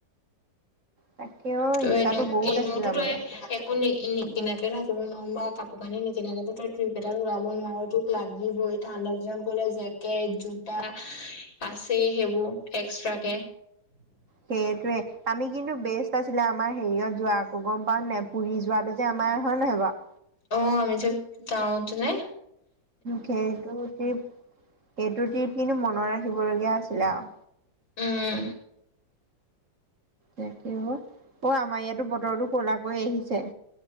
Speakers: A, on the right; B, on the left.
A: তাকেও
B: ত
A: ইচ্ছাতো
B: এনে
A: বহুত
B: এনেতো
A: আছে যাবলৈ
B: তোই একো নি এ নিকিনাকে থাকিব নোৱাৰো বা কাপোৰ কানি নিকিনাকেতো তই ট্ৰিপ এটা ওলাব নোৱাৰো তো লাগিবই ঠাণ্ডা দিনত নিবলেজেকেট জোতা আছে সেইবোৰ এক্সট্ৰা কে
A: সেইটোয়ে, আমি কিন্তু বেষ্ট আছিলে আমাৰ হেৰিয়ত যোৱা আকৌ গম পাওঁ নাই পুৰি যোৱাটো যে আমাৰ হয় নহয় বাৰু।
B: অ আমি যে যাওঁ তেনে
A: সেইটো ট্ৰিপ সেইটো ট্ৰিপ কিন্তু মনত ৰাখি ৰাখিব লগীয়া আছিলে আও
B: উম
A: তাকে অ আমাৰ ইয়াতো বতৰো কলা কৰি আহিছে।